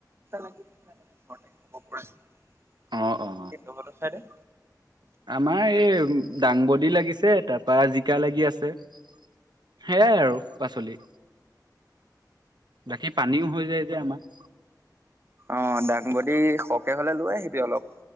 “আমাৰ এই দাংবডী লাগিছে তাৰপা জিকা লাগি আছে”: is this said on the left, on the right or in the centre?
Right